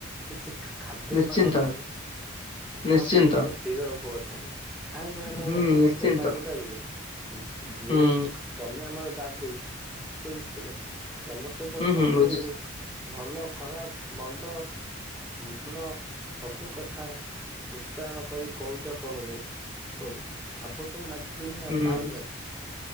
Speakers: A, in the centre; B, on the left.
A: କିଛି ଖା ଖାଦ୍ୟ
B: ନିଶ୍ଚିନ୍ତ
A: ପାନ ପାଇଁ ମୁଁ
B: ନିଶ୍ଚିନ୍ତ
A: ଆପଣଙ୍କ ଉପରେ ଚିର ଉପକ୍ରୁତ ହେବି। କାହିଁକିନା ମୁଁ
B: ହୁଁ
A: କଣ ସମସ୍ତଙ୍କୁ
B: ନିଶ୍ଚିନ୍ତ
A: ମାଗି ପାରିବି। ଯେ ଯେହେତୁ
B: ହୁଁ ହୁଁ।
A: ତମେ ଆମର ଦାଦୁ ବୁଝିପାଇଲ ତମ ସହିତ
B: ହୁଁ
A: ସବୁ
B: ହୁଁ ବୁଝୁଛି
A: ଉ ଭଲ ଖରାପ୍ ମନ୍ଦ ଭଲ ସବୁ କଥା ଉଚ୍ଚାରଣ କରି କହୁଛି ଆପଣଙ୍କୁ। ହଉ ଆପଣଙ୍କୁ ମାଗିବିନି
B: ହୁଁ
A: ଆଉ କାହାକୁ
B: ହୁଁ
A: ମାଗିବି।